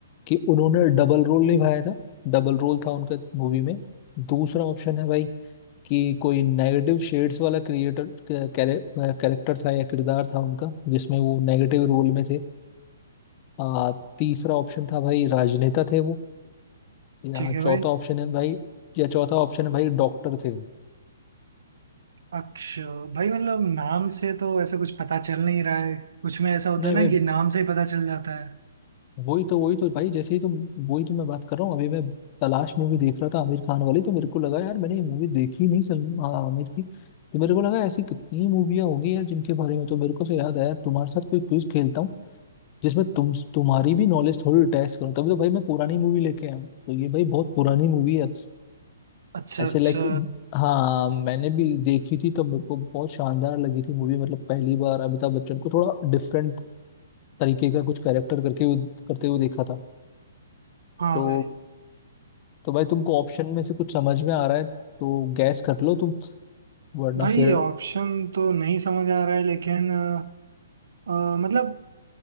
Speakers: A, on the left; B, on the right.
A: कि उन्होंने डबल रोल निभाया था डबल रोल था उनका मूवी में दूसरा ऑप्शन है भाई कि कोई नेगेटिव शेड्स वाला क्रिएटर कैरेक्टर था या किरदार था उनका जिसमें वो नेगेटिव रोल में थे आ, तीसरा ऑप्शन था भाई राजनेता थे वो या
B: ठीक है भाई
A: चौथा ऑप्शन है भाई या चौथा ऑप्शन है भाई डॉक्टर थे वो
B: अक्ष भाई मतलब नाम से तो ऐसा कुछ पता चल नहीं रहा है कुछ में ऐसा होता
A: नहीं
B: है ना
A: भाई
B: कि नाम से ही पता चल जाता है
A: वही तो वही तो भाई जैसे ही तो वही तो मैं बात कर रहा हूँ अभी मैं तलाश मूवी देख रहा था आमिर खान वाली तो मेरे को लगा यार मैंने ये मूवी देखी नहीं सलम आ, आमिर की तो मेरे को लगा ऐसी कितनी मूवियाँ होगी यार जिनके बारे में तो मेरे को से याद आया तुम्हारे साथ कोई क्विज खेलता हूँ जिसमें तुम तुम्हारी भी नॉलेज थोड़ी टेस्ट करो तभी तो भाई मैं पुरानी मूवी लेके आया हूँ तो ये भाई बहुत पुरानी मूवी है
B: अच्छा
A: ऐसे
B: अच्छा
A: लाइक हाँ मैंने भी देखी थी तो मेरे को बहुत शानदार लगी थी मूवी मतलब पहली बार अमिताभ बच्चन को थोड़ा डिफरेंट तरीके का कुछ कैरेक्टर करके हुए- करते हुए देखा था
B: हाँ
A: तो
B: भाई
A: तो भाई तुमको ऑप्शन में से कुछ समझ में आ रहा है तो गैस कर लो तुम वरना
B: भाई
A: फिर
B: ऑप्शन तो नहीं समझ आ रहा है लेकिन अ, अ, मतलब